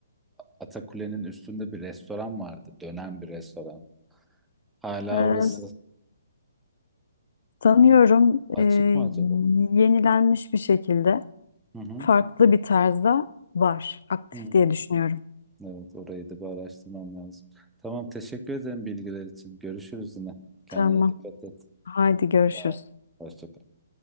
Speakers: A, in the centre; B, on the left.
A: Atakule'nin üstünde bir restoran vardı. Dönen bir restoran. Hala
B: Ee,
A: orası
B: sanıyorum
A: açık
B: e,
A: mı acaba?
B: yenilenmiş bir şekilde
A: Hı hı.
B: farklı bir tarzda var. Aktif
A: Hı.
B: diye düşünüyorum.
A: Evet, orayı da bir araştırmam lazım. Tamam, teşekkür ederim bilgiler için. Görüşürüz yine. Kendine
B: Tamam.
A: dikkat et.
B: Haydi görüşürüz.
A: Sağ ol. Hoşça kal.